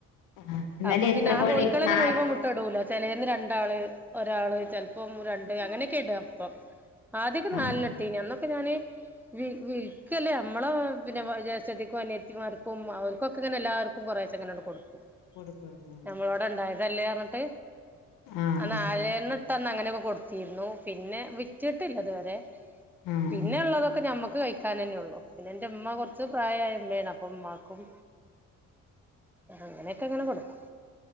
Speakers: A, on the left; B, in the centre.
A: ആഹ് എന്നാലും
B: അപ്പൊ പിന്നെ
A: എത്ര
B: ആഹ്
A: കോഴി
B: കോയ്ക്കളന്നെ
A: നാല്
B: മുയിവംമുട് ക്കടൂല ചെലേന്ന് രണ്ടാള് ഒരാള് ചെല്പ്ം രണ്ട് അങ്ങനെ ഒക്കെ ഇടാ ഇപ്പം ആദ്യൊക്കെ
A: ആഹ്
B: നാല്ന ഇട്ടീനി അന്നൊക്കെ ഞാന് വി വിൽക്കല്ലാ നമ്മളെ പിന്നെ ജേഷ്ടതിക്കും അനിയത്തിമാർക്കും അവർക്കൊക്കെതന്നെ എല്ലാർ ക്കും ക്കൊറേച്ചങ്ങനണ്ട് കൊടുക്കും
A: കൊടുക്കുവാന്ന
B: നമ്മളോടെ ഇണ്ടായതല്ലേറ്ഞ്ഞ്ട്ട്
A: ആഹ്
B: അ നാലണ്ണ ട്ടന്നങ്ങനെ ഒക്കെ കൊടുത്തീരുന്നു പിന്നെ വിറ്റിട്ടില്ല ഇതുവരെ
A: ആഹ്
B: പിന്നെ ഇള്ളതൊക്കെ ഞമ്മക്ക് കയി കാനെനൊള്ളൂ. പിന്നെ ഇന്റെ ഇമ്മ കൊറ്ച്ച് പ്രായായ ഇമ്മേണ് അപ്പ ഇമ്മാക്കും അങ്ങനെയൊക്കങ്ങട് കൊടുക്കും